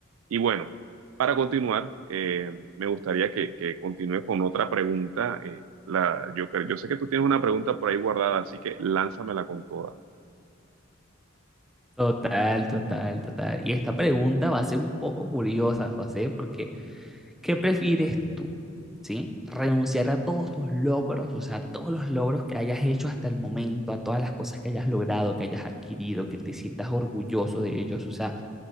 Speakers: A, on the right (about 80°); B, in the centre.
A: Y bueno, para continuar, eh, me gustaría que, que continúe con otra pregunta. eh, la, yo, cre- yo sé que tú tienes una pregunta por ahí guardada, así que lánzamela con toda.
B: Total, total, total. Y esta pregunta va a ser un poco curiosa, José, porque ¿qué prefieres tú? ¿Sí? ¿Renunciar a todos tus logros, o sea, a todos los logros que hayas hecho hasta el momento, a todas las cosas que hayas logrado, que hayas adquirido, que te sientas orgulloso de ellos, o sea,